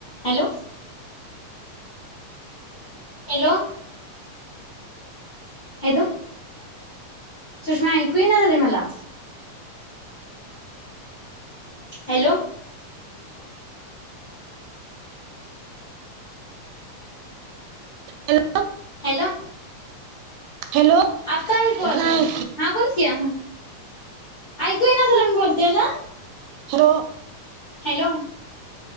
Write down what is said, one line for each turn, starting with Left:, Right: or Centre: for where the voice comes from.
Left: हॅलो. हॅलो. हॅलो सुषमा ऐकू येईना झालय मला हॅलो.
Right: Hello
Left: hello.
Right: हॅलो
Left: आता ऐकू आल
Right: नाही
Left: हा बोल की हा ऐकू येईना तुला मी बोलतेयला?
Right: हो.
Left: Hello